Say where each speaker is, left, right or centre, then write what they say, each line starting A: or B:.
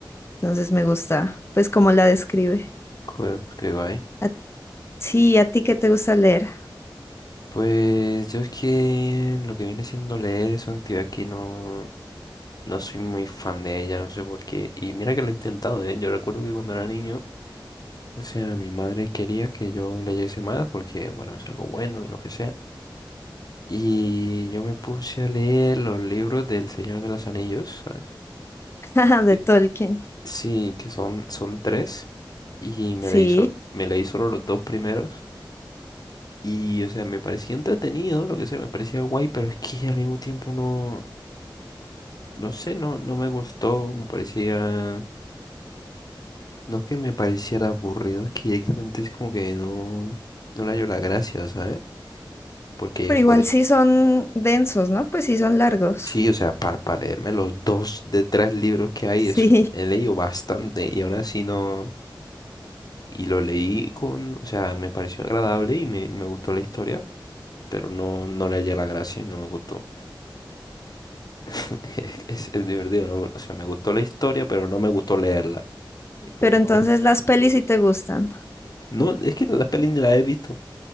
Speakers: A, on the left; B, on the left.
A: Entonces me gusta, pues, cómo la describe.
B: Joder, pues qué guay.
A: A- sí, ¿a ti qué te gusta leer?
B: Pues yo es que lo que viene siendo leer es una actividad que no, no soy muy fan de ella, no sé por qué. Y mira que lo he intentado, ¿eh? Yo recuerdo que cuando era niño, o sea, mi madre quería que yo leyese más porque, bueno, es algo bueno y lo que sea. Y yo me puse a leer los libros del Señor de los Anillos, ¿sabes?
A: <laughs> de
B: Eh,
A: Tolkien.
B: Sí, que son, son tres. Y me
A: Sí,
B: leí, so- me leí solo los dos primeros. Y, o sea, me parecía entretenido, lo que sea, me parecía guay, pero es que al mismo tiempo no, no sé, no, no me gustó, me parecía, no es que me pareciera aburrido, es que directamente es como que no, no le hallo la gracia, ¿sabes? Porque,
A: pero
B: joder,
A: igual sí son densos, ¿no? Pues sí son largos.
B: sí,
A: <laughs>
B: o sea, para leerme los dos de tres libros que hay,
A: Sí,
B: es, he leído bastante y ahora sí no, y lo leí con, o sea, me pareció agradable y me, me gustó la historia, pero no, no le hallé la gracia, no me gustó. <laughs> Es, es divertido, ¿no? O sea, me gustó la historia, pero no me gustó leerla. Es como,
A: pero entonces
B: ah,
A: las pelis sí te gustan.
B: no, es que la peli ni la he visto.